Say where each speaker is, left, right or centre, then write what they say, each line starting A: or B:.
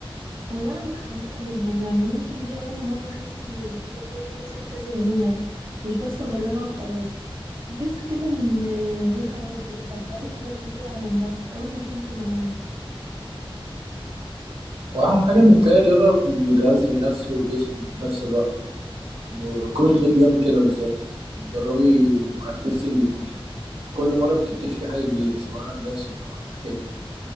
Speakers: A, on the right; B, on the right.
A: والله انا متحمسه جدا يعني يمكن دي اول مره احس اني لقيت رياضه نفسي التزم بيها مش بس اجربها وخلاص تحس كده ان ليها عمق كده بتعلم حاجات كتير عن النفس قبل ما تكون تمارين
B: وأحلى حاجة إنك تلاقي رياضة بتغذي النفس والجسم في نفس الوقت ركوب الخيل بيعمل كده بالظبط يعني جربي وهتحسي إنك كل مرة بتكتشفي حاجة جديدة سواء عن نفسك أو عن الخيل.